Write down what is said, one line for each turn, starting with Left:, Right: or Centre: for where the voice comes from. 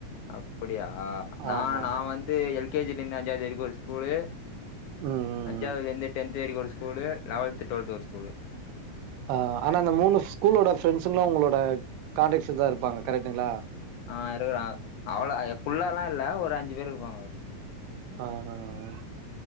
Left: அப்டியா நா
Right: ஆமா
Left: நா
Right: ஆமா
Left: வந்து எல் கேஜில இருந்து அஞ்சாவது வரைக்கு ஒரு ஸ்கூலு
Right: ம் ம்
Left: அஞ்சாவதுல
Right: ம்
Left: இருந்து டென்த் வரைக்கு ஒரு ஸ்கூலு லெவன்து டுவல்த் ஒரு ஸ்கூலு
Right: ஆ ஆனா அந்த மூணு ஸ்கூலோட ஃரெண்ட்ஸுங்களு உங்களோட கான்டக்ட்ஸ்ல தா இருப்பாங்க கரெக்டுங்களா
Left: ஆ இருக்குறாங்க அவ்ளோ அ ஃபுல்லால்லா இல்ல ஒரு அஞ்சு பேர் இருப்பாங்க
Right: ஆஆ